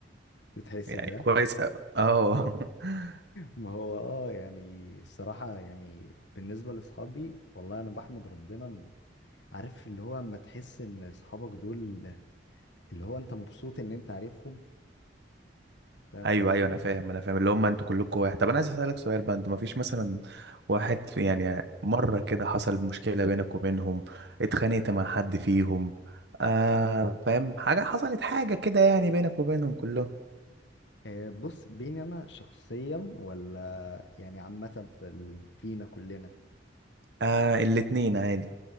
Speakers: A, on the left; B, on the right.
A: ده
B: يعني كويس اه <laughs>
A: ما هو اه يعني الصراحة يعني بالنسبة لاصحابي والله انا بحمد ربنا عارف اللي هو اما تحس ان اصحابك دول اللي هو انت مبسوط ان انت عارفهم فاهم
B: ايوه
A: قصدي
B: ايوه انا فاهم انا فاهم اللي هم انتوا كلكم واحد طب انا عايز اسالك سؤال بقى انتوا ما فيش مثلا
A: قولي.
B: واحد في يعني مره كده حصل مشكله بينك وبينهم اتخانقت مع حد فيهم آه فاهم حاجه حصلت حاجه كده يعني بينك وبينهم كلهم
A: آه، بص بيني انا شخصيا ولا يعني عامة في ال... فينا كلنا
B: آه الاتنين عادي